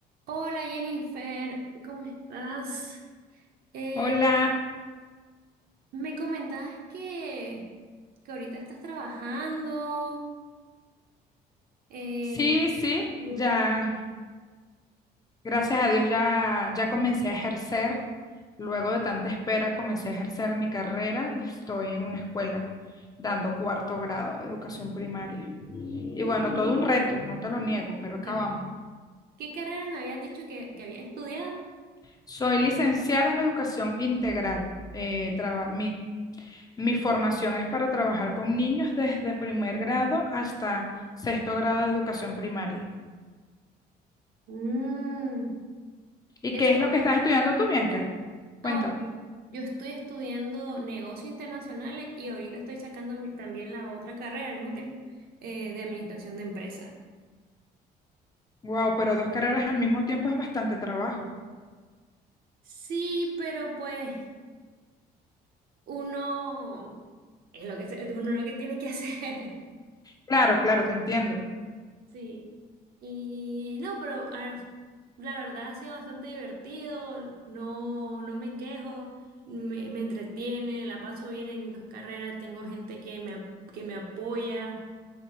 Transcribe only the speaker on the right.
Hola Jennifer, ¿cómo estás? Eh,
me comentabas que, que ahorita estás trabajando eh,
en educar.
<laughs> ¿Qué carreras me habías dicho que, que había estudiado?
Mm,
ya
sé-
Ah, ok. Yo estoy estudiando negocios internacionales y ahorita estoy sacando mi- también la otra carrera al mismo tiempo eh, de administración de empresas.
Sí, pero pues uno es lo que, se- uno es lo que tiene que <laughs> hacer.
Sí. Y no, pero a ver, la verdad ha sido bastante divertido, no, no me quejo, me, me entretiene, la paso bien en mis dos carreras, tengo gente que me, ap- que me apoya,